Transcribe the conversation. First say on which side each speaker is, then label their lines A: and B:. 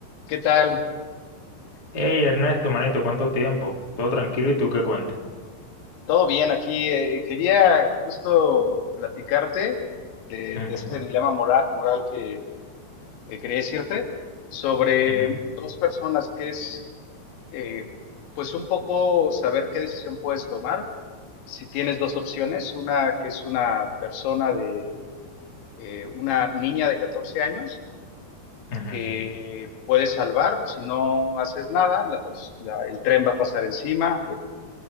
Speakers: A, on the left (about 85°); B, on the left (about 25°).
A: ¿Qué tal?
B: Hey Ernesto, manito, ¿cuánto tiempo? Todo tranquilo y tú qué cuentes.
A: Todo bien aquí. Eh, quería justo platicarte de,
B: Ujú,
A: de este dilema moral, moral que, que quería decirte sobre
B: ujú,
A: dos personas que es, eh, pues un poco saber qué decisión puedes tomar. Si tienes dos opciones, una que es una persona de, eh, una niña de 14 años
B: ujú.
A: que puedes salvar, si no haces nada, la pers- la- el tren va a pasar encima,